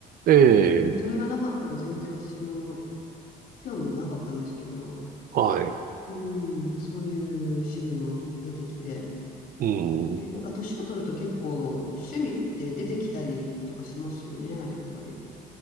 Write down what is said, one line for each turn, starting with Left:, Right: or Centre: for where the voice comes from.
Right: ええ、
Left: うん、それがなかったら全然私も興味はなかったんですけど、
Right: はい。
Left: うん、そういう趣味も出てきて。
Right: う
Left: で、
Right: ん。
Left: なんか年を取ると結構趣味って出てきたりとかしますよね、やっぱり。